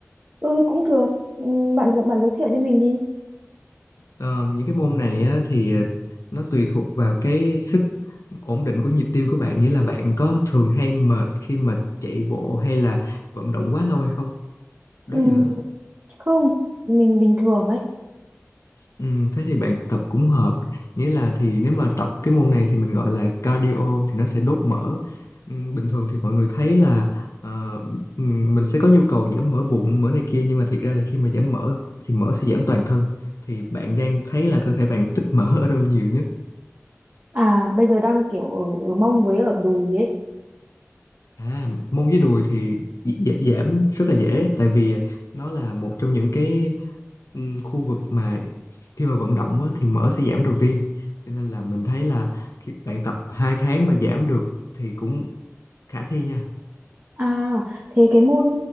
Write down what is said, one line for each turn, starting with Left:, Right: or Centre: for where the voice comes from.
Right: ừ cũng được. Ừm, bạn bạn giới thiệu cho mình đi.
Left: ờ, những cái môn này á, thì à, nó tùy thuộc vào cái sức ổn định của nhịp tim của bạn nghĩa là bạn có thường hay mệt khi mà chạy bộ hay là vận động quá lâu hay không đó
Right: Ừ.
Left: giờ
Right: không mình bình thường ấy
Left: Ừ, thế thì bạn tập cũng hợp nghĩa là thì nếu mà tập cái môn này thì mình gọi là cardio thì nó sẽ đốt mỡ ừ, bình thường thì mọi người thấy là ờ, ừ, mình sẽ có nhu cầu giảm mỡ bụng mỡ này kia nhưng mà thiệt ra là khi mà giảm mỡ thì mỡ sẽ giảm toàn thân thì bạn đang thấy là cơ thể bạn tích mỡ ở đâu nhiều nhất
Right: à bây giờ đang kiểu ở, ở mông với ở đùi ấy
Left: À, mông với đùi thì gi- gi- giảm rất là dễ tại vì nó là một trong những cái ừm, khu vực mà khi mà vận động á, thì mỡ sẽ giảm đầu tiên cho nên là mình thấy là khi bạn tập 2 tháng mà giảm được thì cũng khả thi nha
Right: à thế cái môn